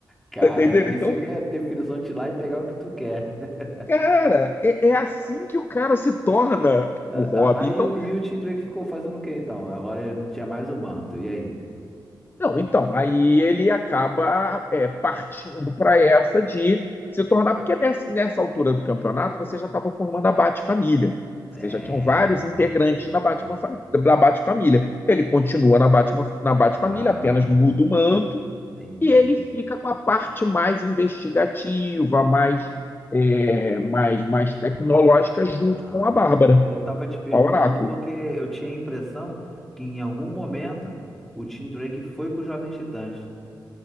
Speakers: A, in the centre; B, on the left (about 25°).
A: Caraca,
B: Tá entendendo?
A: isso
B: Então,
A: que é definição de ir lá e pegar o que tu quer. <laughs>
B: cara, é, é assim que o cara se torna o Robin.
A: Ah, Aí
B: Então,
A: o- e o Tim Drake ficou fazendo o quê então? Agora ele não tinha mais o manto. E aí?
B: Não, então, aí ele acaba é, partindo para essa de se tornar, porque nessa, nessa altura do campeonato você já estava formando a Bate-Família. Você
A: É,
B: já tinham vários integrantes
A: tinha.
B: na Batman, fa- da Bate-Família. Ele continua na Batman, na Bate-Família,
A: Ah,
B: apenas muda o manto,
A: entendi.
B: e ele fica com a parte mais investigativa, mais, é, mais, mais tecnológica, junto
A: Ah,
B: com a Bárbara,
A: eu tava te perguntando
B: o Oráculo.
A: porque eu tinha a impressão que em algum momento o Tim Drake foi pro Jovens Titãs,